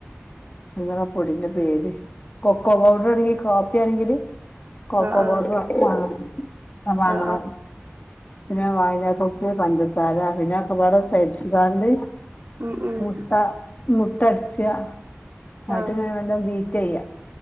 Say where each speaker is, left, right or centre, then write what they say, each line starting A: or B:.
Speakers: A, on the left (about 35°); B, on the right (about 50°).
A: നിങ്ങളാ പൊടിന്റെ പേര് കൊക്കോ പൗഡർ ആണെങ്കിൽ കാപ്പി ആണെങ്കില് കൊക്കോ
B: ആഹ് ആഹ്
A: പൗഡറ് വാ മാണം വാങ്ങണം
B: ആഹ് ആഹ് ആഹ്
A: പിന്നെ വായന പിന്നെ പഞ്ചസാര പിന്നെ പിള്ളേരെ ചോദി ഷിഖാന്റ്
B: ഉം ഉം ഉം
A: മുത്ത മു തൊടച്ചയാ അത്
B: ആഹ്
A: വന്ത ബീ ജയ